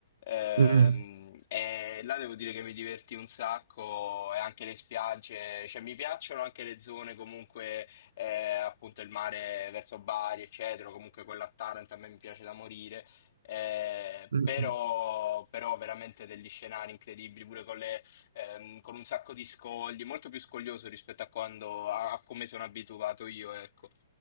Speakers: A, on the left (about 55°); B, on the right (about 80°).
A: Ehm,
B: Mm.
A: e là devo dire che mi divertì un sacco e anche le spiagge, cioè mi piacciono anche le zone comunque, eh, appunto il mare verso Bari, eccetera, comunque quella a Taranto a me mi piace da morire. Eh,
B: Mm.
A: però,
B: mm.
A: però veramente degli scenari incredibili pure con le, ehm, con un sacco di scogli, molto più scoglioso rispetto a quando a, a come sono abituato io, ecco.